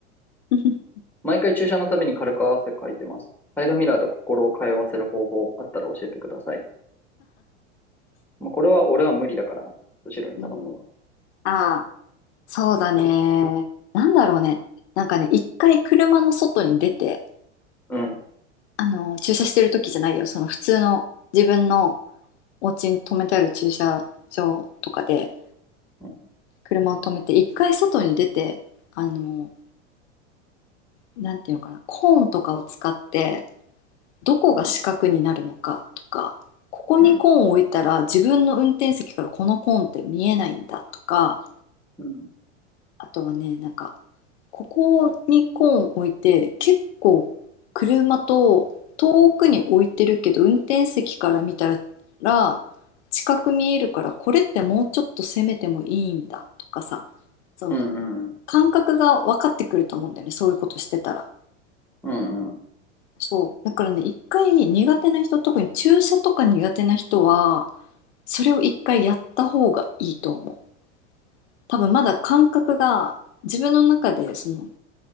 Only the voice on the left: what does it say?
<laughs>
うん。ああ、そうだね。なんだろうね。なんかね、一回車の外に出て、
あの、駐車してる時じゃないよ。その普通の自分のお家に止めてある駐車場とかで
車を止めて、一回外に出て、あの、なんていうのかなコーンとかを使ってどこが四角になるのかとかここにコーンを置いたら自分の運転席からこのコーンって見えないんだとか
あとはねなんかここにコーンを置いて結構車と遠くに置いてるけど運転席から見たら近く見えるからこれってもうちょっと攻めてもいいんだとかさその
感覚が分かってくると思うんだよねそういうことしてたら。
そう。だからね、一回苦手な人、特に注射とか苦手な人は、それを一回やった方がいいと思う。多分まだ感覚が、自分の中で、その、